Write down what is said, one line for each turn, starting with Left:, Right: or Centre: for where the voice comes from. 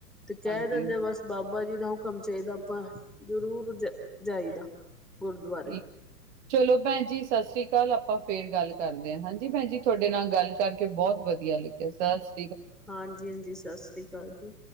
Centre: ਤੇ ਕੈ
Right: ਹਾਂਜੀ
Centre: ਦਿੰਦੇ ਬਸ ਬਾਬਾ ਜੀ ਦਾ ਹੁਕਮ ਚਾਹੀਦਾ ਆਪਾਂ ਜ਼ਰੂਰ ਜ ਜਾਈਦਾ ਗੁਰਦੁਆਰੇ।
Right: ਠੀਕ। ਚਲੋ ਭੈਣ ਜੀ ਸਤਿ ਸ੍ਰੀ ਕਾਲ ਆਪਾਂ ਫੇਰ ਗੱਲ ਕਰਦੇ ਆਂ ਹਾਂਜੀ ਭੈਣ ਜੀ ਤੁਹਾਡੇ ਨਾਲ ਗੱਲ ਕਰਕੇ ਬਹੁਤ ਵਧੀਆ ਲੱ ਏਧਲ
Centre: ਹਾਂਜੀ ਹਾਂਜੀ ਸਤਿ ਸ੍ਰੀ ਅਕਾਲ ਜੀ